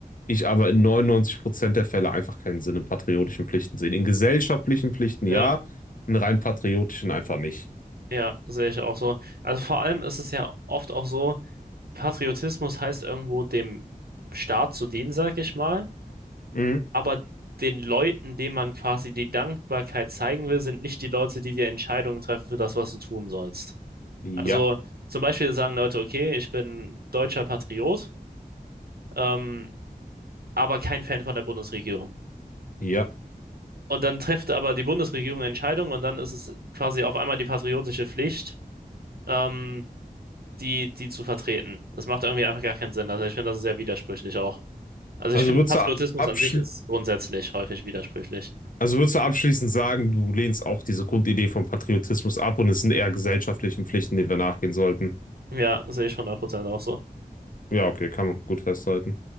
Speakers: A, on the left; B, on the right.
A: ich aber in 99 Prozent der Fälle einfach keinen Sinn in patriotischen Pflichten sehe. In gesellschaftlichen Pflichten
B: Ja,
A: ja, in rein patriotischen einfach nicht.
B: ja, sehe ich auch so. Also vor allem ist es ja oft auch so, Patriotismus heißt irgendwo dem Staat zu dienen, sag ich mal,
A: Mhm.
B: aber den Leuten, denen man quasi die Dankbarkeit zeigen will, sind nicht die Leute, die die Entscheidungen treffen für das, was du tun sollst.
A: Ja,
B: Also zum Beispiel sagen Leute, okay, ich bin deutscher Patriot, ähm, aber kein Fan von der Bundesregierung.
A: ja.
B: Und dann trifft aber die Bundesregierung eine Entscheidung und dann ist es quasi auf einmal die patriotische Pflicht, ähm, die, die zu vertreten. Das macht irgendwie einfach gar keinen Sinn. Also ich finde das ist sehr widersprüchlich auch. Also
A: Also
B: ich finde,
A: würdest
B: Patriotismus
A: du abschli-
B: an sich ist grundsätzlich häufig widersprüchlich.
A: Also würdest du abschließend sagen, du lehnst auch diese Grundidee vom Patriotismus ab und es sind eher gesellschaftlichen Pflichten, denen wir nachgehen sollten?
B: Ja, sehe ich hundert Prozent auch so.
A: Ja, okay, kann man gut festhalten.